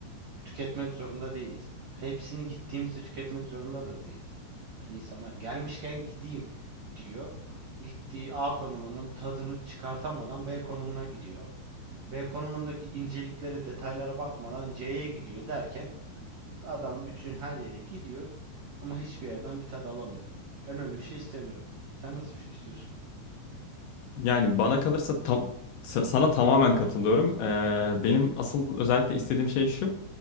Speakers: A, on the right; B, on the left.
A: tüketmek zorunda değiliz. Hepsini gittiğimizde tüketmek zorunda da değiliz. Hani insanlar gelmişken gideyim diyor. Gittiği A konumunun tadını çıkartamadan B konumuna gidiyor. B konumundaki inceliklere, detaylara bakmadan C'ye gidiyor derken adam bütün her yere gidiyor ama hiçbir yerden bir tad alamıyor. Ben öyle bir şey istemiyorum. Sen nasıl bir şey istiyorsun?
B: Yani bana kalırsa tam, sa- sana tamamen katılıyorum. Ee, benim asıl özellikle istediğim şey şu.